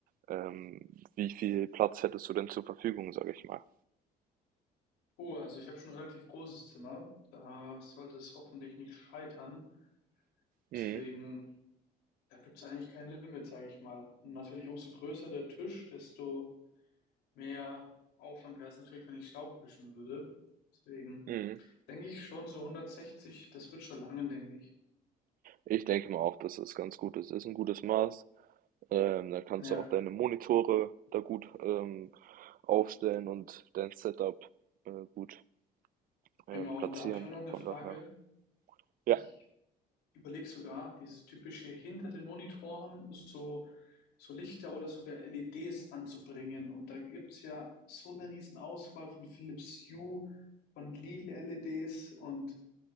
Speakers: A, on the right; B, on the left.
A: Ähm, wie viel Platz hättest du denn zur Verfügung, sage ich mal?
B: Oh, also ich habe schon ein relativ großes Zimmer. Da sollte es hoffentlich nicht scheitern. Deswegen,
A: Mhm.
B: da gibt es eigentlich kein Limit, sage ich mal. Und natürlich, umso größer der Tisch, desto mehr Aufwand wäre es natürlich, wenn ich Staub wischen würde. Deswegen
A: Mhm.
B: denke ich schon, so 160, das wird schon lange, denke ich.
A: Ich denke mal auch, dass das ganz gut ist. Ist ein gutes Maß. Ähm, da kannst
B: Ja,
A: du auch deine Monitore da gut, ähm, aufstellen und dein Setup, äh, gut, ähm,
B: genau.
A: platzieren.
B: Und da habe ich auch noch eine
A: Von
B: Frage.
A: daher
B: Ich
A: ja,
B: überlege sogar, dieses typische hinter den Monitoren so, so Lichter oder sogar LEDs anzubringen. Und da gibt's ja so eine riesen Auswahl von Philips Hue, von Lidl LEDs und